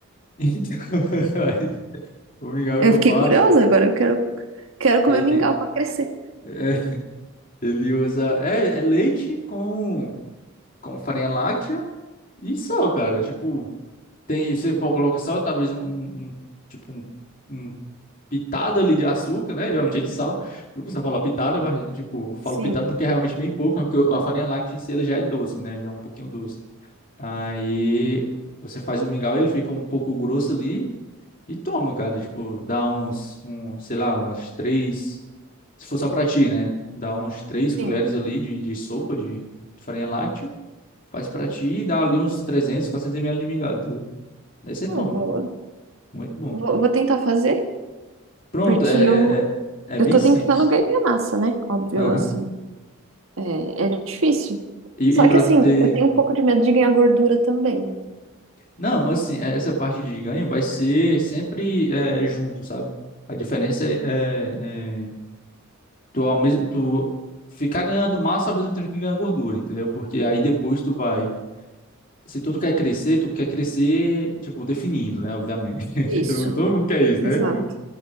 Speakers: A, on the left; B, on the right.
A: <laughs> então <laughs> o mingau
B: Eu
A: que eu
B: fiquei
A: faço,
B: curiosa agora. Eu quero, quero comer
A: ele
B: mingau pra crescer.
A: é, ele usa é, é leite com com farinha láctea e sal, cara. Tipo, tem e você pô- coloca sal, talvez um, um- um- tipo um, um pitada ali de açúcar, né? Geralmente é de sal. Eu pessoal fala pitada, mas tipo, falo
B: Sim,
A: pitada porque é realmente bem pouco, né? Porque a farinha láctea em si ela já é doce, né? Já é um pouquinho doce. Aí você faz o mingau, ele fica um pouco grosso ali. E toma, cara, tipo, dá uns, um, sei lá, umas três, se for só pra ti, né? Dá umas três colheres
B: sim.
A: ali de, de sopa de farinha láctea, faz pra ti e dá ali uns 300 400 ml de mingau, entendeu? Aí você
B: Oh,
A: toma.
B: boa.
A: Muito bom.
B: Vou, vou tentar fazer.
A: Pronto,
B: Porque
A: é,
B: eu,
A: é, é é
B: eu
A: bem
B: tô
A: simples.
B: tentando ganhar massa, né? Óbvio,
A: Aham.
B: assim, é, é difícil.
A: E,
B: Só
A: e pra
B: que, assim,
A: tu ter...
B: eu tenho um pouco de medo de ganhar gordura também.
A: Não, assim, é- essa parte de ganho vai ser sempre é, junto, sabe? A diferença é, é, é tu, ao mesmo, tu ficar ganhando massa ao mesmo tempo que ganha gordura, entendeu? Porque aí depois tu vai se tu quer crescer, tu quer crescer, tipo, definindo, né? Obviamente. <laughs>
B: Isso,
A: Então, todo mundo quer isso, né?
B: exato.
A: O-